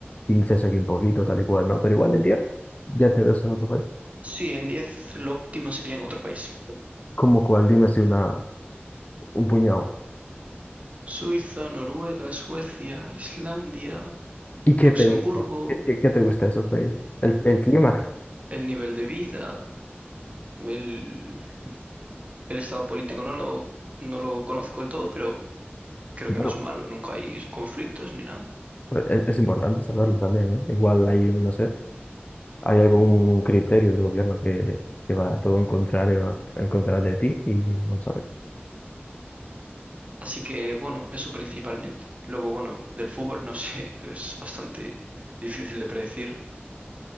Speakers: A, on the left; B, on the right.
A: 15 es aquí un poquito, tal y cual, ¿no? Pero igual en 10 ya te ves en otro país.
B: Sí, en 10 lo óptimo sería en otro país.
A: ¿Cómo cuál? Dime si una, un puñado.
B: Suiza, Noruega, Suecia, Islandia,
A: ¿Y qué
B: Luxemburgo,
A: te gusta? ¿Qué, qué- qué te gusta de esos países? El, el clima. <laughs>
B: el nivel de vida, el, el estado político no lo, no lo conozco del todo, pero creo
A: Y
B: que
A: Bueno,
B: no es malo, nunca hay conflictos ni nada.
A: pues, es, es importante saberlo también, ¿eh? Igual hay, no sé, hay algún criterio del gobierno que, que va todo en contrario, en contra de ti y no lo sabes.
B: Así que bueno, eso principalmente. Luego, bueno, del fútbol no sé, <laughs> es bastante difícil de predecir,